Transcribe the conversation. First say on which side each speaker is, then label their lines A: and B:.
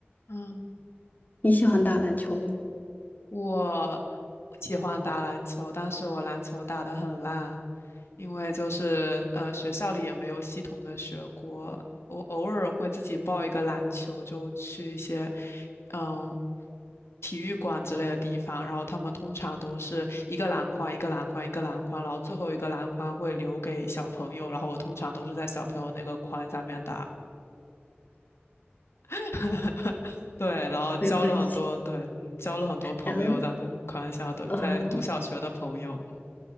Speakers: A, on the left; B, on the left.
A: 嗯。
B: 你喜欢打篮球吗？
A: 我喜欢打篮球，但是我篮球打得很烂，因为就是呃学校里也没有系统的学过。我偶尔会自己报一个篮球，就去一些嗯体育馆之类的地方，然后他们通常都是一个篮筐一个篮筐一个篮筐，然后最后一个篮筐会留给小朋友，然后我通常都是在小朋友那个筐下面打。<laughs> 对，然后交了很多，
B: 没关系，
A: 对，嗯，交了很多朋友在那个宽校，
B: 然后
A: 对，
B: 嗯，
A: 在读小学的朋友，嗯